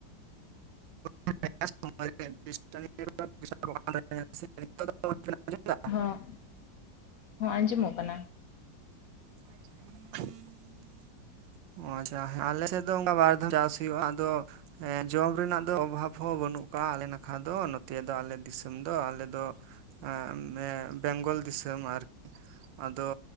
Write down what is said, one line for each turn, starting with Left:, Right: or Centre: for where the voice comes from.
Right: <unintelligible> <inaudible>
Left: ᱦᱚᱸ ᱦᱚᱸ ᱟᱸᱡᱚᱢᱚᱜ ᱠᱟᱱᱟ।
Right: <inaudible> ᱚ ᱟᱪᱪᱷᱟ ᱟᱞᱮ ᱥᱮᱫ ᱫᱚ ᱚᱱᱠᱟ ᱵᱟᱨ ᱫᱷᱟᱣ ᱪᱟᱥ ᱦᱩᱭᱩᱜ-ᱟ᱾ ᱟᱫᱚᱼᱼᱼ ᱦᱮᱸ ᱡᱚᱢ ᱨᱮᱱᱟᱜ ᱫᱚ ᱚᱵᱷᱟᱵᱽ ᱦᱚᱸ ᱵᱟᱹᱱᱩᱜ ᱠᱟᱜ-ᱟ ᱾ ᱟᱞᱮ ᱱᱟᱠᱷᱟ ᱫᱚ ᱱᱚᱛᱮ ᱫᱚ ᱟᱞᱮ ᱫᱤᱥᱚᱢ ᱫᱚ ᱟᱞᱮ ᱫᱚ। <unintelligible> ᱵᱮᱝᱜᱚᱞ ᱫᱤᱥᱚᱢ ᱟᱨ ᱟᱫᱚ।